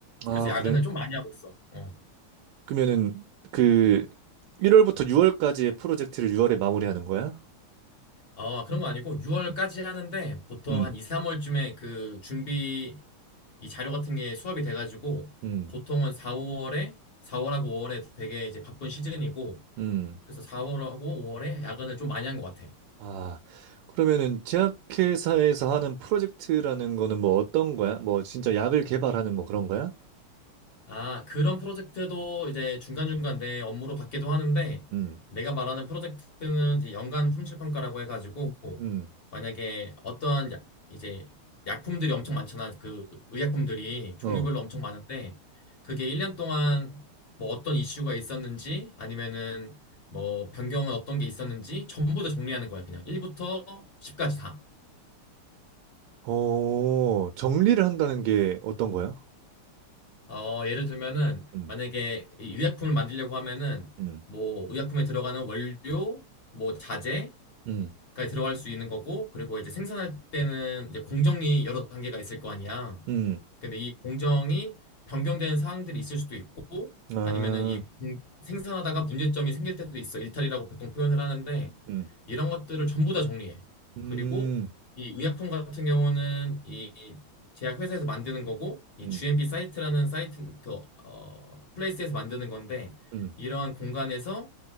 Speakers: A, on the right; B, on the left.
A: 아,
B: 그래서 야근을
A: 그래?
B: 좀 많이 하고 있어. 어.
A: 그러면은, 그, 1월부터 6월까지의 프로젝트를 6월에 마무리하는 거야?
B: 아, 그런 거 아니고 6월까지
A: 음,
B: 하는데 보통
A: 음,
B: 한 2, 3월쯤에 그 준비 이 자료 같은 게 수합이 돼가지고
A: 음.
B: 보통은 4, 월에 4월하고 5월에 되게 이제 바쁜 시즌이고
A: 음.
B: 그래서 4월하고 5월에 야근을 좀 많이 한 것 같아.
A: 아, 그러면은, 제약회사에서 하는 프로젝트라는 거는 뭐 어떤 거야? 뭐, 진짜 약을 개발하는 뭐 그런 거야?
B: 아, 그런 프로젝트도 이제 중간중간 내 업무로 받기도 하는데,
A: 음,
B: 내가 말하는 프로젝트는 이제 연간 품질 평가라고 해가지고,
A: 음,
B: 만약에 어떠한 야- 이제 약품들이 엄청 많잖아. 그 의약품들이 종류별로
A: 어.
B: 엄청 많은데, 그게 1년 동안 뭐 어떤 이슈가 있었는지, 아니면은 뭐 변경은 어떤 게 있었는지, 전부 다 정리하는 거야. 그냥 1부터 10까지 다.
A: 어, 정리를 한다는 게 어떤 거야?
B: 어, 예를 들면은
A: 음,
B: 만약에 이 의약품을 만들려고 하면은
A: 음,
B: 뭐 의약품에 들어가는 원료, 뭐 자재까지
A: 음,
B: 들어갈 수 있는 거고 그리고 이제 생산할 때는 이제 공정이 여러 단계가 있을 거 아니야.
A: 음,
B: 근데 이 공정이 변경되는 사항들이 있을 수도 있고
A: 아,
B: 아니면은 이 공- 생산하다가 문제점이 생길 때도 있어. 일탈이라고 보통 표현을 하는데
A: 음,
B: 이런 것들을 전부 다 정리해.
A: 음,
B: 그리고 이 의약품 같은 경우는 이 제약회사에서 만드는 거고 이
A: 음,
B: GMP 사이트라는 사이트 그 어, 플레이스에서 만드는 건데
A: 음,
B: 이러한 공간에서